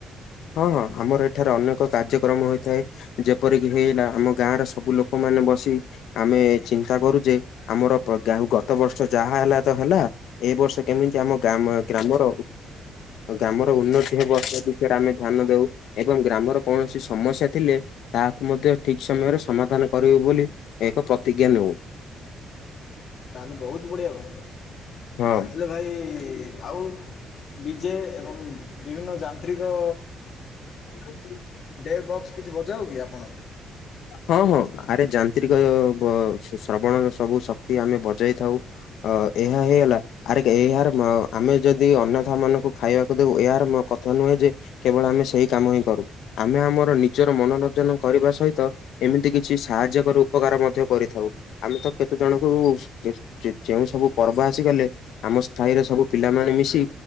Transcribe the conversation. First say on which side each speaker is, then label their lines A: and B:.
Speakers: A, on the left (about 80°); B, on the left (about 60°).
A: ହଁ ହଁ ଆମର ଏଠାରେ ଅନେକ କାର୍ଯ୍ୟକ୍ରମ ହୋଇଥାଏ। ଯେପରିକି ହେଇଗଲା ଆମ ଗାଁ ର ସବୁ ଲୋକମାନେ ବସି ଆମେ ଚିନ୍ତା କରୁ ଯେ ଆମର ଯୋଉ ଗତ ବର୍ଷ ଯାହା ହେଲା ତ ହେଲା ଏଇ ବର୍ଷ କେମିତି ଆମ ଗା ଗ୍ରାମର ଗ୍ରାମର ଉନ୍ନତି ହେବ ସେ ବିଷୟରେ ଆମେ ଧ୍ୟାନ ଦଉ। ଏବଂ ଗ୍ରାମର କୌଣସି ସମସ୍ୟା ଥିଲେ ତାହାକୁ ମଧ୍ୟ ଠିକ୍ ସମୟରେ ସମାଧାନ କରିବୁ ବୋଲି ଏକ ପ୍ରତିଜ୍ଞା ନେଉ।
B: ତାହେଲେ ବହୁତ ବଢ଼ିଆ ଭାଇ।
A: ହଁ
B: ହେଲେ ଭାଇ ଆଉ ଡିଜେ ଏବଂ ବିଭିନ୍ନ ଯାନ୍ତ୍ରିକ
A: <unintelligible>
B: ଡେ ବକ୍ସ କିଛି ବଜାଉ କି ଆପଣ?
A: ହଁ, ହଁ। ଆରେ ଯାନ୍ତ୍ରିକ ଶ୍ରବଣ ସବୁ ଶକ୍ତି ଆମେ ବଜାଇ ଥାଉ। ଅ ଏହା ହେଇଗଲା। ଆରେ ଏହାର ଆମେ ଯଦି ଅନାଥ ମାନଙ୍କୁ ଖାଇବାକୁ ଦେଉ ଏହାର କଥା ନୁହେଁ ଯେ କେବଳ ଆମେ ସେଇ କାମ ହିଁ କରୁ। ଆମେ ଆମର ନିଜର ମନୋରଞ୍ଜନ କରିବା ସହିତ ଏମିତି କିଛି ସାହାଯ୍ୟ କରୁ ଉପକାର ମଧ୍ୟ କରିଥାଉ। ଆମେ ତ କେତେ ଜଣଙ୍କୁ ଯେ ଯେଉଁ ସବୁ ପର୍ବ ଆସିଗଲେ ଆମ ସାହିର ସବୁ ପିଲାମାନେ ମିଶି